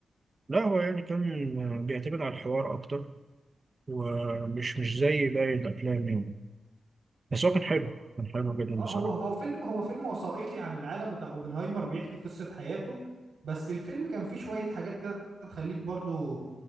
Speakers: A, on the right; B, on the right.
A: لا هو يعني كان بيعتمد على الحوار اكتر ومش
B: مم.
A: مش زي باقي الافلام يعني بس هو كان حلو
B: ح-
A: كان حلو جدا
B: اه
A: بصراحة
B: هو هو فيلم هو فيلم وثائقي عن العالم بتاع اوبنهايمر بيحكي قصة حياته بس الفيلم كان فيه شوية حاجات كده تخليك برضو